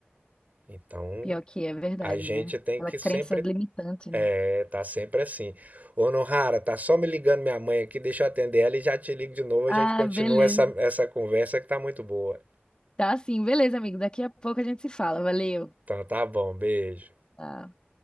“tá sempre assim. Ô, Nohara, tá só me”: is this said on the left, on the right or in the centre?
Right